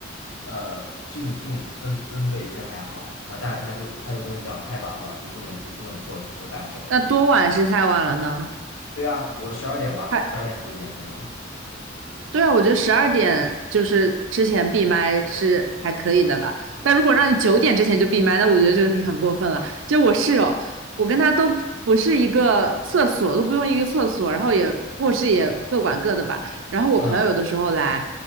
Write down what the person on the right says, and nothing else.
那多晚是太晚了呢？
太。
对啊，我觉得十二点就是之前闭麦是还可以的了，但如果让你九点之前就闭麦，那我觉得这个是很过分了。就我室友，我跟他都不是一个厕所，都不用一个厕所，然后也卧室也各管各的吧。然后我朋友有的时候来，